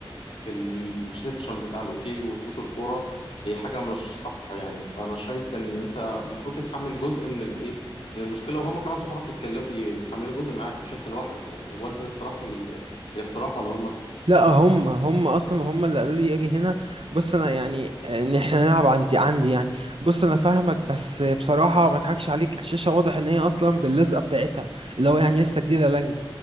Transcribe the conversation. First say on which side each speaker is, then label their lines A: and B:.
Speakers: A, on the left (about 85°); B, on the right (about 70°).
A: في الريسبشن بتاع الأوتيل وتشوط الكورة هي حاجة مش صح يعني فأنا شايف إن أنت المفروض تتحمل جزء من الإيه من المشكلة وهما كمان صحابك يتكلموا يتحملوا جزء معاك مش أنت لوحدك يعني هو أنت اللي اقترحت ال... الاقتراح ولا هما
B: لا هم هم اصلا هم اللي قالوا لي اجي هنا بص انا يعني آه، ان احنا نلعب عندي عندي يعني بص انا فاهمك بس بصراحه ما اضحكش عليك الشاشه واضح ان هي اصلا باللزقه بتاعتها اللي هو يعني لسه جديده لانج